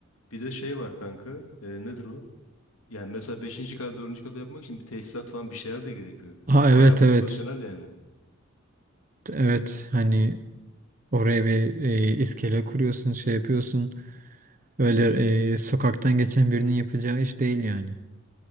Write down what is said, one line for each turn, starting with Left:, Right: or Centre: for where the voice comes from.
Left: Bir de şey var kanka. E, nedir o? Yani mesela beşinci kata dördüncü kata yapmak için bir tesisat falan bir şeyler de gerekiyor.
Right: Aa evet
Left: Baya profesyonel
Right: evet.
Left: yani.
Right: Evet hani oraya bir e, iskele kuruyorsun, şey yapıyorsun. Öyle e, sokaktan geçen birinin yapacağı iş değil yani.